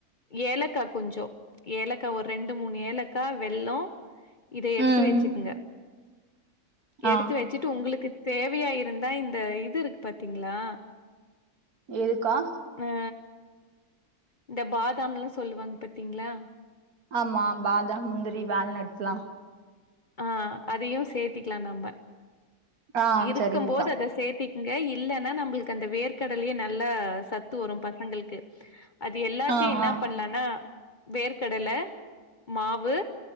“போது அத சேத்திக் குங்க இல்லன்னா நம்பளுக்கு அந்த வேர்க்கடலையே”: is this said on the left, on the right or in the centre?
Left